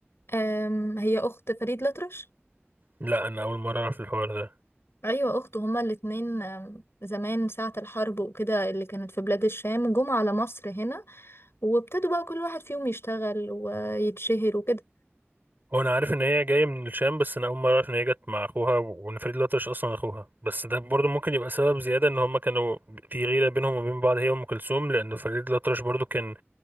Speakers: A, on the left; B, on the right.
A: أم... هي اخت فريد الأطرش
B: لا انا اول مره اعرف الحوار ده
A: ايوه اخته هما الاتنين أم، زمان ساعه الحرب وكده اللي كانت في بلاد الشام جم على مصر هنا وابتدوا بقى كل واحد فيهم يشتغل ويتشهر وكده
B: هو انا عارف ان هي جايه من الشام بس انا اول مره اعرف ان هي جت مع اخوها وان فريد الأطرش اصلا اخوها بس ده برضو ممكن يبقى سبب زياده ان هما كانوا في غيره بينهم وبين بعض هي وام كلثوم لان فريد الأطرش برضو كان